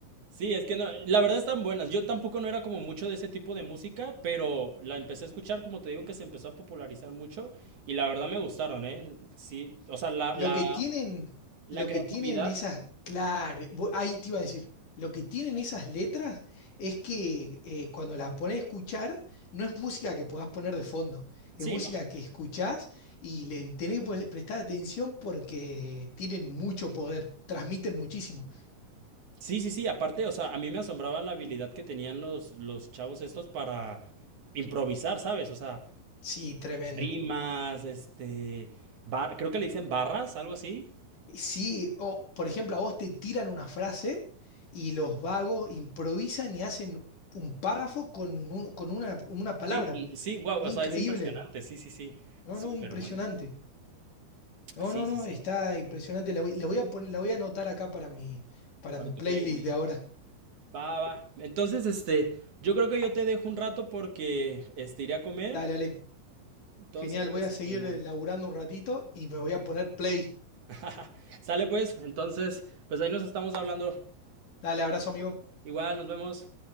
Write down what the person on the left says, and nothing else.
Lo
que tienen,
lo
que tienen esas, claro, vo- ahí te iba a decir, lo que tienen esas letras es que eh, cuando las pones a escuchar, no es música que puedas poner de fondo,
es música
que escuchás y le tenés que pre- prestar atención porque tienen mucho poder, transmiten muchísimo.
Sí, tremendo.
Sí, o por ejemplo, a vos te tiran una frase y los vagos improvisan y hacen un párrafo con, un- con una, una palabra.
Increíble.
No,
no, impresionante.
No,
no, no,
está impresionante. La voy, la voy a poner, la voy a anotar acá para mi, para
mi
playlist
de ahora.
Dale, dale.
Genial, voy
a seguir eh, laburando un ratito y me voy a poner play.
Dale, abrazo, amigo.